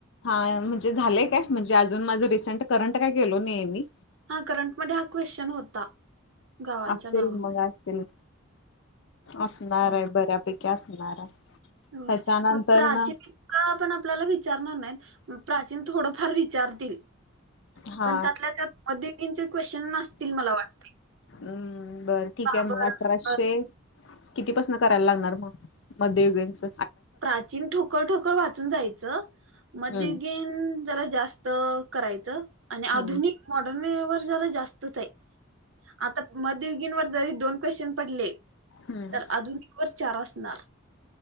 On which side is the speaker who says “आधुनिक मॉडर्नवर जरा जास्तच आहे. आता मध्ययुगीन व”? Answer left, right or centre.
Right